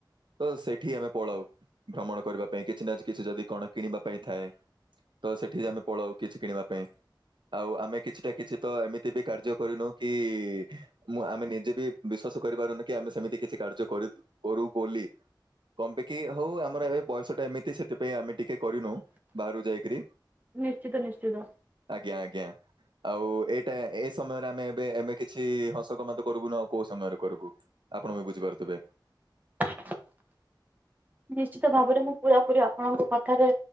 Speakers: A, on the right; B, on the right.
A: ତ ସେଠି ଆମେ ପଳାଉ ଭ୍ରମଣ କରିବା ପାଇଁ। କିଛି ନା କିଛି ଯଦି କଣ କିଣିବା ପାଇଁ ଥାଏ? ତ ସେଠି ଆମେ ପଳାଉ କିଛି କିଣିବା ପାଇଁ? ଆଉ ଆମେ କିଛି ତ କିଛି ତ ଏମିତି ବି କାର୍ଯ୍ୟ କରିନୁ କି, ମୁଁ ଆମେ ନିଜେ ବି ବିଶ୍ଵାସ କରିପାରୁନୁ କି, ଆମେ ସେମିତି କିଛି କାର୍ଯ୍ୟ କରି କରୁ ବୋଲି। କମ୍ ପେଁକି ହଉ, ଆମର ଏବେ ବୟସ ଟା ଏମିତି ସେଥିପାଇଁ, ଆମେ ଟିକେ କରିନୁ ବାହାରୁ ଯାଇକରି
B: ନିଶ୍ଚିତ! ନିଶ୍ଚିତ!
A: ଆଜ୍ଞା, ଆଜ୍ଞା। ଆଉ, ଏଇଟା ଏ ସମୟରେ ଆମେ ଏବେ, ଏମେ କିଛି ହସ ଗମାତ କରୁବୁନୁ, ଆଉ କୋଉ ସମୟରେ କରୁବୁ? ଆପଣ ବି ବୁଝିପାରୁଥିବେ।
B: <inaudible> ନିଶ୍ଚିତ, ଭାବରେ ମୁଁ ପୁରାପୁରୀ ଅପ୍ ଆପଣଙ୍କ କଥାରେ